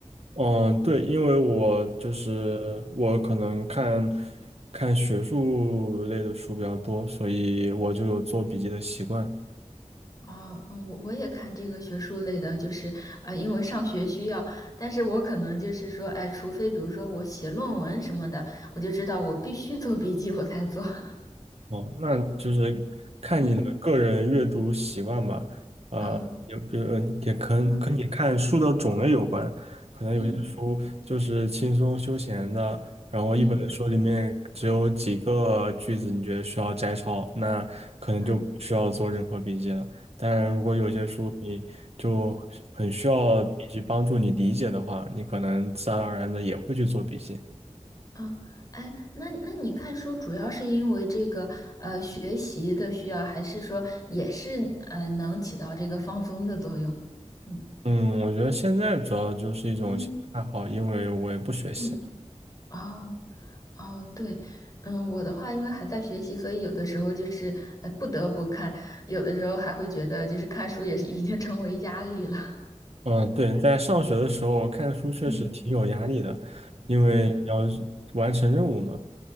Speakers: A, on the right; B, on the left.
A: 嗯，对，因为我就是我可能看看学术类的书比较多，所以我就有做笔记的习惯。
B: 哦，嗯，我我也看这个学术类的，就是呃，因为上学需要，但是我可能就是说，哎，除非比如说我写论文什么的，我就知道我必须做笔记，我才做。<laughs>
A: 哦，那就是看你的个人阅读习惯吧。
B: 嗯，嗯
A: 啊、
B: 嗯
A: 有比如呃，也可能跟你看书的种类有关，
B: 嗯
A: 可能有些书就是轻松休闲的，
B: 嗯
A: 然后一本书里面只有几个句子，
B: 嗯
A: 你觉得需要摘抄，那可能就不需要做任何笔记了。
B: 嗯
A: 但然，如果有些书你就很需要笔记帮助你理解的话，你可能自然而然的也会去做笔记。
B: 嗯，哎，那那你看书主要是因为这个呃学习的需要，还是说也是呃能起到这个放松的作用？嗯
A: 嗯，我觉得现在主要就是一种兴趣爱好，
B: 嗯
A: 因为我也不学习。
B: 嗯，哦。哦，对，嗯，我的话，因为还在学习，所以有的时候就是，呃，不得不看，有的时候还会觉得，就是看书也是已经成为压力了。
A: 嗯，对，在上学的时候看书确实挺有压力的，
B: <laughs> 嗯
A: 因为你要
B: 嗯
A: 完成任务嘛。